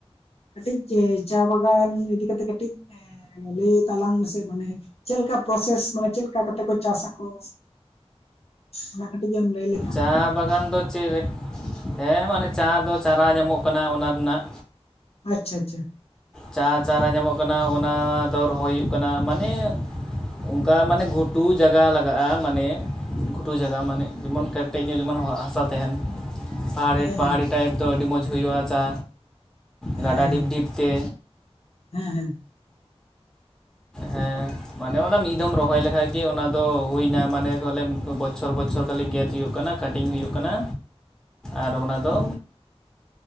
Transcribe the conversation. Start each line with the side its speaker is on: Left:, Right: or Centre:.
Left: ᱠᱟᱹᱴᱤᱜ ᱪᱮ ᱪᱟ ᱵᱟᱜᱟᱱ ᱤᱫᱤ ᱠᱟᱛᱮᱜ ᱠᱟᱹᱴᱤᱜ, ᱞᱮᱭ ᱛᱟᱞᱟᱝ ᱢᱮᱥᱮ ᱢᱟᱱᱮ ᱪᱮᱞ ᱠᱟ ᱯᱨᱚᱥᱮᱥ ᱢᱟᱱᱮ ᱪᱮᱞ ᱠᱟ ᱠᱟᱛᱮ ᱠᱚ ᱪᱟᱸᱥᱟᱠᱚ? ᱚᱱᱟ ᱠᱟᱹᱴᱤᱡ ᱮᱢ ᱞᱟᱹᱭ ᱞᱮᱠᱷᱟᱱ
Centre: ᱪᱟ ᱵᱟᱜᱟᱱ ᱫᱚ ᱪᱮᱜᱨᱮ ᱦᱮᱸ ᱢᱟᱱᱮ ᱪᱟ ᱫᱚ ᱪᱟᱨᱟ ᱧᱟᱢᱚᱜ ᱠᱟᱱᱟ ᱚᱱᱟ ᱨᱮᱱᱟᱜ
Left: ᱟᱪᱪᱷᱟ ᱟᱪᱪᱷᱟ
Centre: ᱪᱟ ᱪᱟᱨᱟ ᱧᱟᱢᱚᱜ ᱠᱟᱱᱟ ᱚᱱᱟ ᱫᱚ ᱨᱚᱦᱚᱭ ᱦᱩᱭᱩᱜ ᱠᱟᱱᱟ ᱢᱟᱱᱮ ᱚᱝᱠᱟ ᱢᱟᱱᱮ ᱜᱷᱩᱴᱩ ᱡᱟᱜᱟ ᱞᱟᱜᱟ-ᱟ ᱢᱟᱱᱮ ᱜᱷᱩᱴᱩ ᱡᱟᱜᱟ ᱢᱟᱱᱮ ᱡᱮᱢᱚᱱ ᱠᱮᱴᱮᱡ ᱧᱚᱜ ᱡᱮᱢᱚᱱ ᱦᱟᱥᱟ ᱛᱮᱦᱮᱱ᱾ ᱯᱟᱦᱟᱲᱤ
Left: ᱦᱮᱸ
Centre: ᱯᱟᱦᱟᱲᱤ ᱴᱟᱭᱤᱯ ᱫᱚ ᱟᱹᱰᱤ ᱢᱚᱸᱡᱽ ᱦᱩᱭᱩᱜ-ᱟ ᱪᱟ ᱜᱟᱰᱟ
Left: ᱦᱮᱸ ᱦᱮᱸ
Centre: ᱰᱤᱯ ᱰᱤᱯ ᱛᱮ,
Left: ᱦᱮᱸ ᱦᱮᱸ
Centre: ᱦᱮᱸ ᱢᱟᱱᱮ ᱚᱱᱟ ᱢᱤᱜ ᱫᱚᱢ ᱨᱚᱦᱚᱭ ᱞᱮᱠᱷᱟᱡ ᱜᱮ ᱚᱱᱟ ᱫᱚ ᱦᱩᱭ ᱱᱟ ᱢᱟᱱᱮ ᱠᱚ ᱞᱮᱢ ᱠᱚ ᱵᱚᱪᱷᱚᱨ ᱵᱚᱪᱷᱚᱨ ᱠᱟᱞᱤ ᱜᱮᱫ ᱦᱩᱭᱩᱜ ᱠᱟᱱᱟ᱾ ᱠᱟᱴᱤᱝ ᱦᱩᱭᱩᱜ ᱠᱟᱱᱟ ᱟᱨ ᱚᱱᱟ ᱫᱚ